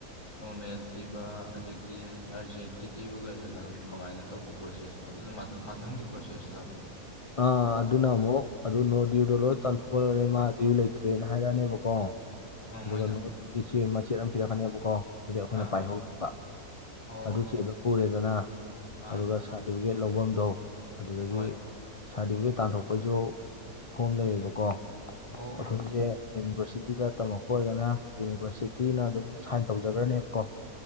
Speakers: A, on the left; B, on the left.
A: ꯅꯣꯔꯃꯦꯜ ꯊꯤꯕ ꯑꯗꯗꯒꯤ ꯒꯤꯤ ꯑꯥꯔꯖꯦꯟꯀꯤ ꯊꯤꯕꯒꯗꯨꯅ ꯀꯃꯥꯏꯅ ꯇꯧꯕ ꯄ꯭ꯔꯣꯁꯦꯁꯅꯣ ꯑꯗꯨꯅ ꯃꯊ ꯃꯊꯪꯒꯤ ꯄ꯭ꯔꯣꯁꯦꯁ ꯂꯕ
B: ꯑꯥ ꯑꯗꯨꯅ ꯑꯃꯨꯛ ꯑꯗꯨ ꯅꯣ ꯗ꯭ꯌꯨꯗꯣ ꯂꯣꯏ ꯇꯥꯟꯊꯣꯛꯄ ꯂꯣꯏꯔꯦ ꯃꯥ ꯗ꯭ꯌꯨ ꯂꯩꯇ꯭ꯔꯦꯅ ꯍꯥꯏꯔꯛꯑꯅꯦꯕꯀꯣ
A: ꯑꯥ
B: ꯑꯗꯨꯒ
A: ꯃꯣꯏꯅ
B: ꯅꯍꯨꯠꯀꯤ ꯆꯦ ꯃꯆꯦꯠ ꯑꯝ ꯄꯤꯔꯛꯀꯅꯦꯕꯀꯣ ꯑꯗꯨꯗꯤ ꯑꯩꯈꯣꯏꯅ
A: ꯑꯥ
B: ꯄꯥꯏꯍꯧꯕ
A: ꯑꯥ ꯑꯣ
B: ꯑꯗꯨ ꯆꯦꯗꯣ ꯄꯨꯔꯦꯗꯅ
A: ꯑꯥ
B: ꯑꯗꯨꯒ ꯁꯥꯔꯇꯤꯐꯤꯀꯦꯠ ꯂꯐꯝꯗꯣ ꯑꯗꯨꯗꯒꯤ
A: ꯍꯣꯏ
B: ꯁꯥꯔꯇꯤꯐꯤꯀꯦꯠ ꯇꯥꯟꯊꯣꯛꯄꯩꯁꯨ ꯐꯣꯝ ꯂꯩꯌꯦꯕꯀꯣ
A: ꯑꯣ
B: ꯑꯩꯈꯣꯏꯁꯦ ꯌꯨꯅꯤꯚꯔꯁꯤꯇꯤꯗ ꯇꯝꯃꯛꯄ ꯑꯣꯏꯔꯒꯅ ꯌꯨꯅꯤꯚꯔꯁꯤꯇꯤꯅ ꯑꯗꯨꯝ ꯁꯥꯏꯟ ꯇꯧꯖꯈ꯭ꯔꯅꯦꯕꯀꯣ